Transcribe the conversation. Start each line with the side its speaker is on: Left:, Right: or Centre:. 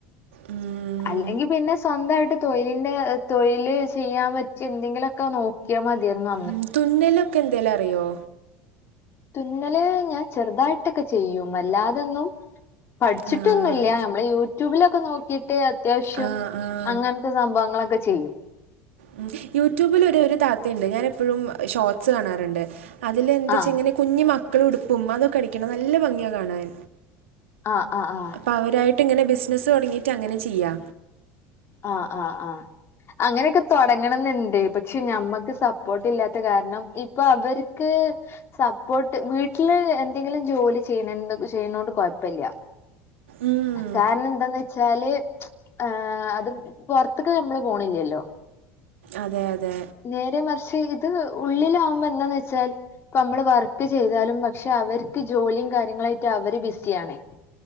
Right: ഉം
Left: അല്ലെങ്കി പിന്നെ സ്വന്തായിട്ട് തൊഴിലിൻ്റെ തൊഴില് ചെയ്യാൻ പറ്റ്യ ന്തെങ്കിലൊക്കെ നോക്ക ക്യ മത്യായിര്ന്നു
Right: ഉം തുന്നലൊക്കെ എന്തേലറിയോ
Left: തുന്നല് ഞാൻ ചെറുതായിട്ടൊക്കെ ചെയ്യും അല്ലാതൊന്നും പഠിച്ചിട്ടൊന്നുല്ല
Right: ആഹ്
Left: ഞമ്മള് യൂട്യൂബിലൊക്കെ നോക്കിട്ട് അത്യാവശ്യം
Right: ആഹ് ആഹ്
Left: അങ്ങനത്തെ സംഭവങ്ങളൊക്കെ ചെയ്യും
Right: ഉം യൂട്യൂബിലൊര് ഒര് താത്തയ്ണ്ട് ഞാൻ എപ്പഴും ഷോട്സ് കാണാറണ്ട് അതിലെന്തച്ചാ
Left: ആഹ്
Right: ങ്ങെനെ കുഞ്ഞി മക്കളെ ഉടുപ്പും അതൊക്കെ അടിക്ക്ണ നല്ല ഭംഗിയാ കാണാൻ
Left: ആഹ് അഹ് ആഹ്
Right: അപ്പ അവരായിട്ട് ങ്ങെനെ ബിസിനസ് തൊടങ്ങീട്ട് അങ്ങെനെ ചെയ്യാ
Left: ആഹ് ആഹ് ആഹ് അങ്ങെനൊക്കെ തൊടങ്ങണംന്ന്ണ്ട് പക്ഷെ ഞമ്മക്ക് സപ്പോർട്ട് ഇല്ലാത്ത കാരണം ഇപ്പൊ അവര്ക്ക് സപ്പോട്ട് വീട്ടില് എന്തെങ്കിലും ജോലി ചെയ്യണ് ചെയ്യ്ണോണ്ട് കൊയപ്പല്യ
Right: ഉം
Left: കാരണം എന്താന്ന് വെച്ചാല് ആഹ് അത് പൊറത്തെക്ക് നമ്മള് പോണില്ലല്ലോ
Right: അതെ അതേ
Left: നേരേമറിച്ച് ഇത് ഉള്ളിലാവുമ്പം എന്താന്ന് വെച്ചാൽ ഇപ്പ നമ്മള് വർക്ക് ചെയ്താലും പക്ഷെ അവർക്ക് ജോലിയും കാര്യങ്ങളായിട്ട് അവര് ബിസിയാണ്